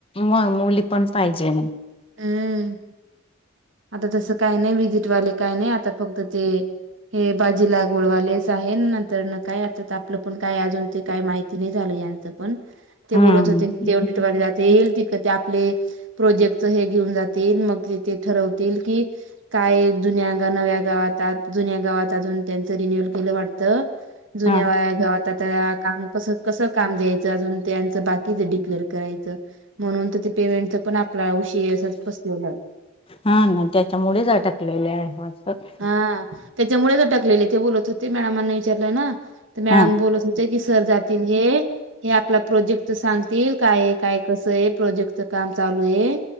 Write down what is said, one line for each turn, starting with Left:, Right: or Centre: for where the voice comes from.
Left: म मुली पण पाहिजे.
Right: हम. आता तसं काही नही व्हिजिटवाले काय नही, आता फक्त ते हे भाजी लागवड वालेच आहे, नंतर न काय आता आपलं पण काय अजून ते काही माहिती नही झालं यांचं. पण ते
Left: हम्म
Right: बोलत होते ते ऑडिटवाले जात ते एईल तिक आपले प्रोजेक्टच हे घेऊन जातील, मग तेथ ठरवतील कि काय जुन्या गन नव्या गावात, आत जुन्या गावात अजून त्यांचं रिन्युल केलं वाटत जुन्या
Left: हा
Right: वया गावात आता काम कसं-कसं काम द्यायचं अजून त्यांचं बाकीच डिक्लेअर करायचं म्हणून त ते पेमेंटच पण, आपला उशी अस फसलेलं.
Left: हा ना त्याच्यामुळेच अटकलेले आहेत वाटत.
Right: हां त्याच्यामुळे च अटकलेले, ते बोलत होते, मॅडमांना विचारलं ना. त मॅडम
Left: हा
Right: बोलत होते की सर जातील हे हे आपला प्रोजेक्टच सांगतील, काय ये काय कसं ये, प्रोजेक्टच काम चालू ये